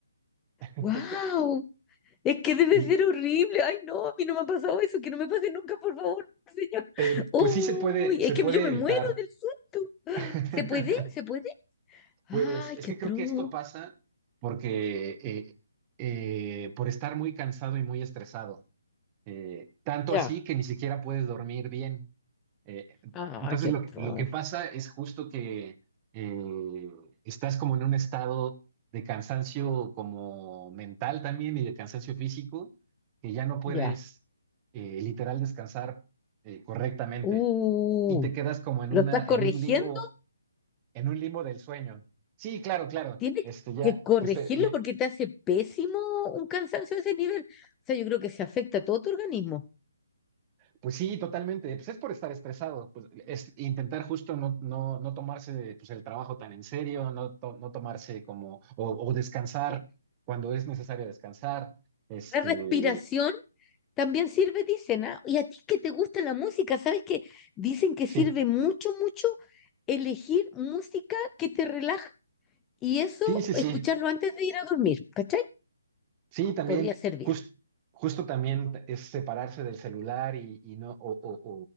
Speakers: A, on the right; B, on the left.
A: <laughs>
B: ¡Wow! Es que debe
A: Y
B: ser horrible. ¡Ay, no! A mí no me ha pasado eso. Que no me pase nunca, por favor, señor.
A: eh,
B: ¡Uy!
A: pues sí se puede, se
B: Es que
A: puede
B: yo me
A: evitar.
B: muero del susto.
A: <laughs>
B: ¿Se puede? ¿Se puede? ¡Ay,
A: Pues es
B: qué
A: que
B: atroz!
A: creo que esto pasa porque eh, eh, por estar muy cansado y muy estresado. Eh, tanto
B: Ya.
A: así que ni siquiera puedes dormir bien. Eh,
B: Ah,
A: entonces
B: qué atroz!
A: lo, que lo que pasa es justo que eh, estás como en un estado de cansancio como mental también y de cansancio físico, que ya no puedes
B: Ya.
A: eh, literal descansar eh, correctamente
B: Uh,
A: y te quedas como en
B: ¿lo
A: una,
B: estás corrigiendo?
A: en un limbo, en un limbo del sueño. Sí, claro, claro.
B: Tienes
A: Este, ya,
B: que corregirlo
A: pues, te- ya-
B: porque te hace pésimo un cansancio de ese nivel. O sea, yo creo que se afecta a todo tu organismo.
A: Pues sí, totalmente. Pues es por estar estresado, pues es intentar justo no, no, no tomarse pues, el trabajo tan en serio, no, to- no tomarse como, o, o descansar
B: Sí.
A: cuando es necesario descansar. Este,
B: La respiración también sirve, dicen, ¿ah? Y a ti que te gusta la música, ¿sabes que Dicen que
A: sí,
B: sirve mucho, mucho elegir música que te relaja y eso,
A: sí, sí, sí.
B: escucharlo antes de ir a dormir, ¿cachai?
A: Sí, también,
B: Podría servir.
A: jus- justo también es separarse del celular y, y no, o, o-